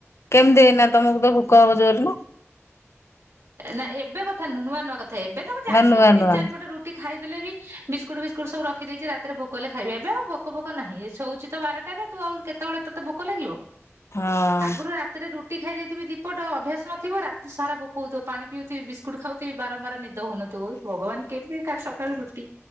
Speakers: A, on the left; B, on the right.
A: କେମିତି ଏଇନା ତମକୁ ତ ଭୋକ ହବ ଜୋରେ ନା।
B: ନା ଏବେ କଥା ନୁହେଁ ନୂଆ-ନୂଆ କଥା ଏବେ ତ ମୁଁ ଜାଣିି
A: ନା ନୂଆ
B: ଦେଲିଣି ତିନି
A: ନୂଆ
B: ଚାରି ପଟ ରୁ ଟି ଖାଇଦେଲେ ବି ବିସ୍କୁଟ୍ ଫିସ୍କୁଟ୍ ସବୁ ରଖି ଦେଇଚି ରାତି ଭୋକ ହେଲେ ଖାଇବି ଏବେ ଆଉ ଭୋକ୍ ଫୋକ୍ ନାହିଁ ଶଉଚି ତ ବାର ବାର ଟା ରେ ତୁ ଆଉ କେତବେଳେ ତତେ ଭୋକ ଲାଗିବ।
A: ହଁ
B: ଆଗରୁ ରାତିରେ ରୁଟି ଖାଇ ଦେଇଥିବି ଦି ପଟ ଅଭ୍ୟାସ ଥିବ ରାତି ସାରା ଭୋ କ ହଉଥିବ ପାଣି ପିଉଥିବି ବିସ୍କୁଟୁ ଖାଉିଥିବି ବାରମ୍ବାର ନିଦ ହଉନ <unintelligible> ଭଗବାନ୍ କେମିତି କାଲି ସକାଳୁ ରୁଟି